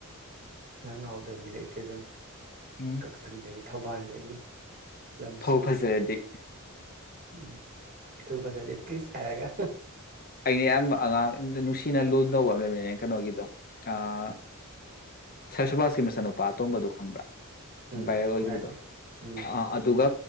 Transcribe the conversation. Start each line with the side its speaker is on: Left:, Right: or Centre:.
Right: ꯅꯪ ꯉꯥꯎꯗ ꯃꯤ ꯂꯩꯇꯦꯕꯦꯝ
Left: ꯎꯝ
Right: ꯀꯛꯆꯤꯡꯗꯒꯤ ꯊꯧꯕꯥꯜꯗꯒꯤ ꯂꯝ
Left: ꯐꯧ
Right: ꯁꯨꯑꯦ
Left: ꯐꯖꯔꯗꯤ
Right: ꯎꯝ ꯇꯨ ꯐꯖꯗꯤ ꯄ꯭ꯂꯤꯖ ꯍꯥꯏꯔꯒ
Left: ꯑꯩꯅ ꯌꯥꯝ ꯑꯉꯥꯡ ꯅꯨꯡꯁꯤꯅ ꯂꯨꯅ ꯇꯧꯕ ꯑꯃ ꯂꯩꯃꯤꯅꯤꯅꯦ ꯀꯩꯅꯣꯒꯤꯗꯣ ꯑꯥ ꯁꯥ꯭ꯔ ꯁꯨꯕꯥꯁꯀꯤ ꯃꯆꯥꯅꯨꯄꯥ ꯑꯇꯣꯝꯕꯗꯣ ꯈꯪꯕ꯭ꯔꯥ
Right: ꯎꯝ
Left: ꯚꯥꯏꯔꯦꯜ ꯑꯣꯏꯈꯤꯕꯗꯣ
Right: ꯚꯥꯏꯔ ꯆꯠꯈꯤ ꯎꯝ
Left: ꯑ ꯑꯗꯨꯒ